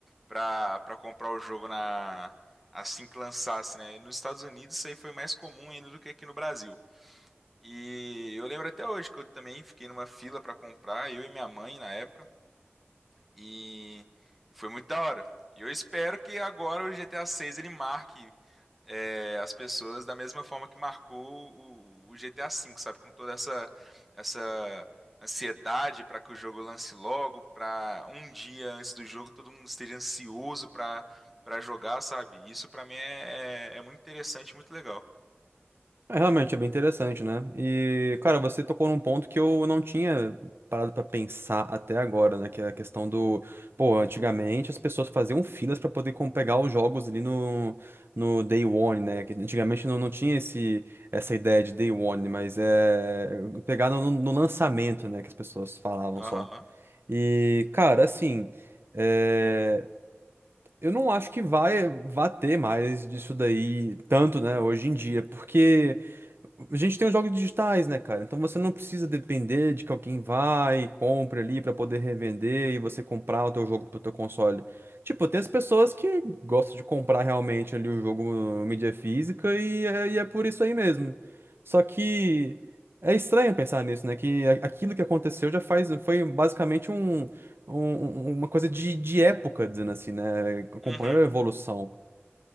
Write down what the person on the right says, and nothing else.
É, realmente é bem interessante, né? E, cara, você tocou num ponto que eu não tinha parado pra pensar até agora, né? Que é a questão do. Pô, antigamente as pessoas faziam filas pra poder com- pegar os jogos ali no, no Day One, né? Que antigamente não, não tinha esse, essa ideia de Day One, mas é. Pegar no, no lançamento, né? Que as pessoas falavam
só. E, cara, assim. é, Eu não acho que vai, vai ter mais disso daí tanto, né, hoje em dia, porque. A gente tem os jogos digitais, né, cara? Então você não precisa depender de que alguém vai, e compre ali pra poder revender e você comprar o teu jogo pro teu console. Tipo, tem as pessoas que gostam de comprar realmente ali o jogo em mídia física e é, e é por isso aí mesmo. Só que é estranho pensar nisso, né? Que a- aquilo que aconteceu já faz, foi basicamente um, um- um, uma coisa de, de época, dizendo assim, né? Acompanhou
a evolução.